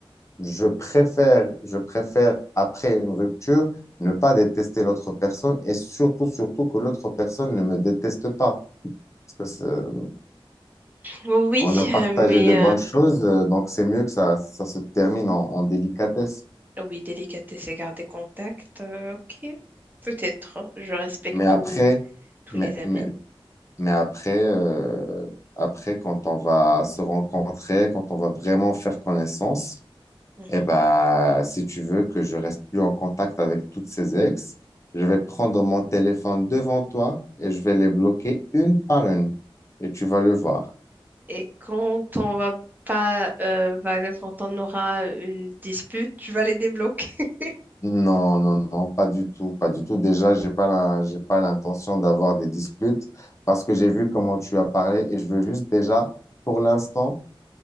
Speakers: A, on the left; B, on the right.
A: je préfère, je préfère, après une rupture, ne pas détester l'autre personne et surtout, surtout que l'autre personne ne me déteste pas. Parce que, euh,
B: Oui,
A: on a partagé
B: euh, mais
A: de bonnes choses, euh, donc c'est mieux que ça, ça se termine en, en délicatesse.
B: Oui, délicatesse et garder contact. euh, ok, peut-être. hein, Je respecte
A: Mais après,
B: tout- tous
A: mais,
B: les avis.
A: mais, mais après, euh, après, quand on va se rencontrer, quand on va vraiment faire connaissance,
B: Mhm.
A: eh ben, si tu veux que je reste plus en contact avec toutes ces ex, je vais prendre mon téléphone devant toi et je vais les bloquer une par une. Et tu vas le voir.
B: Et quand on va pas, euh, par exemple, quand on aura une dispute, tu vas les débloquer. <laughs>
A: Non, non, non, pas du tout, pas du tout. Déjà, j'ai pas la- j'ai pas l'intention d'avoir des disputes parce que j'ai vu comment tu as parlé et je veux juste déjà, pour l'instant,